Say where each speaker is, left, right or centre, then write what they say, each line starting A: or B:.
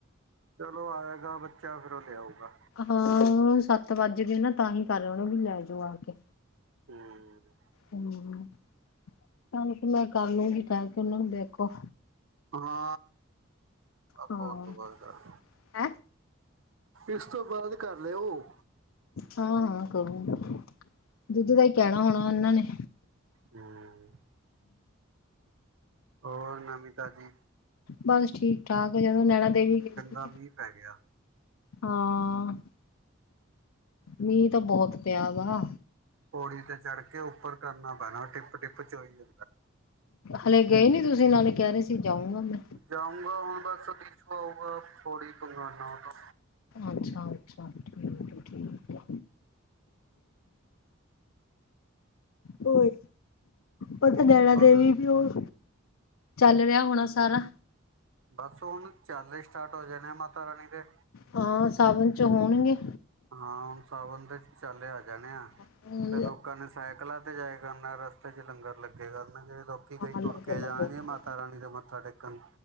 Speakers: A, on the right; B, on the left.
A: ਚਲੋ ਆਏਗਾ ਬੱਚਾ ਫੇਰ ਉਹ ਲਿਆ ਆਉਗਾ।
B: ਹਾਂ ਹੁਣ ਸੱਤ ਵੱਜ ਗੇ ਨਾ ਤਾਂ ਹੀ ਕਰ ਰਹੇ ਹੋਣੇ ਵੀ ਲੈ ਜਾਓ ਆ ਕੇ।
A: ਹੂੰ।
B: ਹੂੰ ਕਮ ਤੇ ਮੈਂ ਕਰ ਲੂੰਗੀ ਬਹਿ ਕੇ ਉਹਨਾਂ ਨੂੰ ਦੇਖੋ।
A: ਹਾ। ਆ
B: ਹਾਂ
A: ਕਾਲ ਤੋਂ ਬਾਅਦ ਕਰਦਾ,
B: ਹੈਂ
A: ਇਸ ਤੋਂ ਬਾਅਦ ਕਰ ਲਿਓ।
B: ਹਾਂ- ਹਾਂ ਕਰੋ-ਕਰੋ, ਦੁਧ ਦਾ ਹੀ ਕਹਿਣਾ ਹੋਣਾ ਇਹਨਾਂ ਨੇ।
A: ਹੂੰ। ਹੋਰ ਨਵੀ ਤਾਜੀ?
B: ਬਸ ਠੀਕ- ਠਾਕ ਜਦੋਂ ਨੈਣਾ ਦੇਵੀ ਗਏ ਸੀ।
A: ਤਾ, ਮੀਂਹ ਪੈ ਗਿਆ।
B: ਹਾਂ, ਮੀਂਹ ਤਾਂ ਬਹੋਤ ਪਿਆ ਵਾ।
A: ਪੌੜੀ ਤੇ ਚੜ ਕੇ ਉੱਪਰ ਕਰਨਾ ਪੈਣਾ ਟਿੱਪ- ਟਿੱਪ ਚੋਈ-
B: ਹਲੇ ਗਏ ਨੀ ਤੁਸੀਂ, ਨਾਲੇ ਕਹਿ ਰਹੇ ਸੀ ਜਾਊਂਗਾ ਮੈਂ।
A: ਜਾਊਂਗਾ ਹੁਣ ਬਸ ਬੀਚ ਆਊਗਾ ਥੋੜੀ ਕੰਗਾਨਣਾ ਗਾ।
B: ਅੱਛਾ- ਅੱਛਾ ਠੀਕ ਏ-ਠੀਕ ਏ ਹੂ। ਹੋਰ? ਉਹ ਤਾਂ ਨੈਣਾਂ ਦੇਵੀ
A: ਔਰ
B: ਵੀ ਉਹ, ਚੱਲ ਰਿਹਾ ਹੋਣਾ ਸਾਰਾ।
A: ਬਸ ਹੁਣ ਚੱਲੇ ਸਟਾਰਟ ਹੋ ਜਾਣੇ ਮਾਤਾ ਰਾਣੀ ਦੇ।
B: ਹਾਂ ਸਾਵਨ ਚ ਹੋਣਗੇ।
A: ਹਾਂ ਹੁਣ ਸਾਵਨ ਦੇ ਚਾਲੇ ਆ ਜਾਣੇ ਆ,
B: ਹਾਂ
A: ਤੇ ਲੋਕਾਂ ਨੇ ਸਾਈਕਲਾਂ 'ਤੇ ਜਾਏ ਕਰਨਾ ਰਸਤੇ 'ਚ ਲੰਗਰ ਲੱਗੇਗਾ ਕਰਨਗੇ ਲੋਕ ਕਿਵੇ
B: ਲੰਗਰ
A: ਤੁਰ ਕੇ
B: ਤਾਂ
A: ਜਾਣਗੇ
B: ਬਹੁਤ ਲੱਗਦਾ।
A: ਮਾਤਾ ਰਾਣੀ ਦੇ ਮੱਥਾ ਟੇਕਣ।